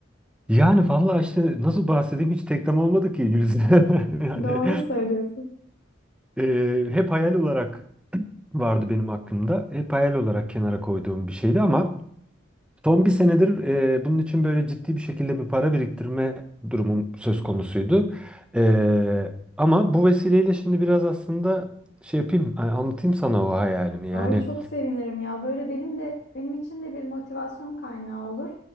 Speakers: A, in the centre; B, on the left.
A: Yani vallahi işte nasıl bahsedeyim hiç teklem olmadı ki Gülizar. <laughs> Yani
B: Doğru söylüyorsun.
A: e, hep hayal olarak vardı benim aklımda. Hep hayal olarak kenara koyduğum bir şeydi ama son bir senedir e, bunun için böyle ciddi bir şekilde bir para biriktirme durumum söz konusuydu. E, ama bu vesileyle şimdi biraz aslında şey yapayım hani anlatayım sana o hayalimi. Yani
B: Ay çok sevinirim ya. Böyle benim de benim için de bir motivasyon kaynağı olur.